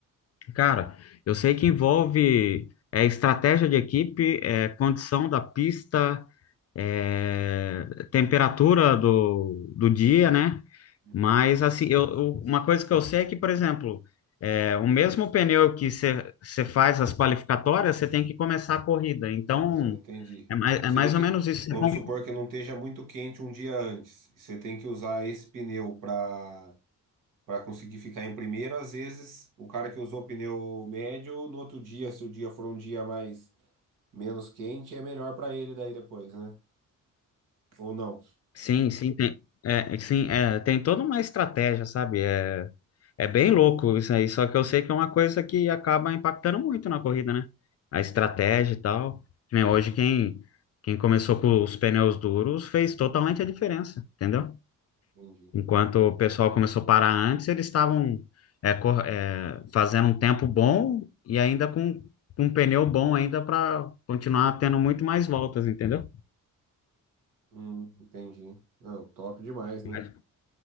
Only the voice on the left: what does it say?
Cara, eu sei que envolve é, estratégia de equipe, é, condição da pista, é, temperatura do, do dia, né?
Mas, assim, eu, eu- uma coisa que eu sei é que, por exemplo, é, o mesmo pneu que você você faz as qualificatórias, você tem que começar a corrida. Então,
é, mais, é
mais
ou menos isso.
Você com-
Sim, sim, tem, é, sim, é, tem toda uma estratégia, sabe? É, é bem louco isso aí. Só que eu sei que é uma coisa que acaba impactando muito na corrida, né? A estratégia e tal. Que nem Hoje, quem, quem começou com os pneus duros fez totalmente a diferença, entendeu?
Enquanto o pessoal começou a parar antes, eles estavam é, cor- é, fazendo um tempo bom e ainda com, com um pneu bom ainda para continuar tendo muito mais voltas, entendeu?
Mas,